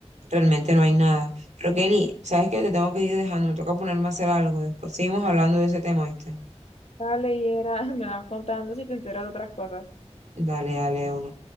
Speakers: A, on the right; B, on the left.
A: Realmente no hay nada. Pero Kelly, ¿sabes qué? Te tengo que ir dejando, me toca ponerme a hacer algo. Después seguimos hablando de ese tema, ¿viste?
B: Dale, y era, <laughs> me vas contando si te enteras de otras cosas.
A: Dale, dale, de una.